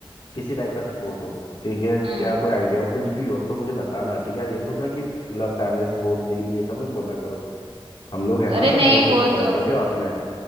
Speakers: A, on the left (about 60°); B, on the right (about 70°).
A: किसी टाइप का सपोर्ट हो ठीक है
B: हुँ।
A: या कोई आइडिया हो कुछ भी हो तो मुझे बताना ठीक है ये तो सोचना कि मतलब फैमिली सपोर्ट नहीं ये सब मत बोला करो हम लोग है
B: अरे
A: ना सब
B: नहीं
A: दोस्त
B: वो
A: इतने बनाए
B: तो
A: क्यों आपने